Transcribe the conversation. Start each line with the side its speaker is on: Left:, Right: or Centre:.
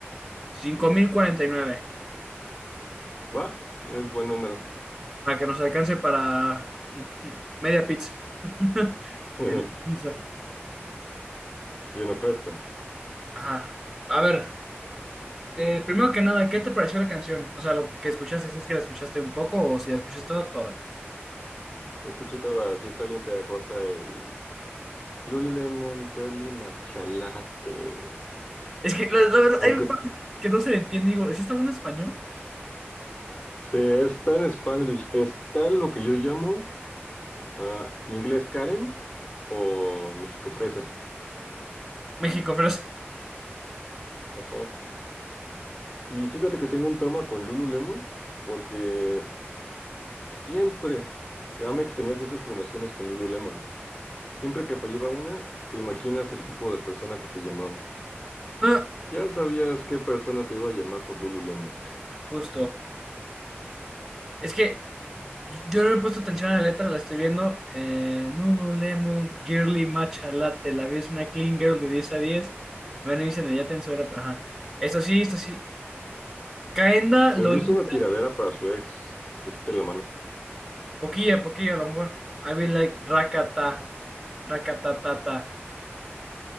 Centre: cinco mil cuarenta y nueve.
Left: Va, es buen número.
Centre: para que nos alcance para mm, mm, media pizza. <laughs>
Left: <laughs>
Centre: De pizza.
Left: Y en oferta.
Centre: Ajá. A ver, eh, primero que nada, ¿qué te pareció la canción? O sea, lo que escuchaste, si es que la escuchaste un poco o si la escuchaste toda, toda.
Left: Lo escuché toda, sí está bien pegajosa el Lululemon Girly Machalate.
Centre: Es que la, la verdad,
Left: Aunque
Centre: hay un par que no se le entiende. Digo, ¿sí está hablando español?
Left: se está en Spanglish, está lo que yo llamo ah, inglés Karen o México Fresa.
Centre: México, pero es-
Left: Ajá. Y fíjate que tengo un trauma con Lululemon porque siempre Gamex tenía ciertas promociones con Lululemon. Siempre que fallaba una, te imaginas el tipo de persona que te llamaba.
Centre: Ah,
Left: Ya sabías qué persona te iba a llamar por Lululemon.
Centre: justo. Es que yo no le he puesto atención a la letra, la estoy viendo. Eh, Lululemon, Girly Matcha Latte, la vi es una clean girl de 10 a 10. Van a irse en ella tenso era, ajá. Esto sí, esto sí, Kaenda
Left: Pues
Centre: Loli,
Left: es una tiradera para su ex. Le quité la mano.
Centre: poquilla, poquilla a lo mejor. I be like rakata, rakatatata.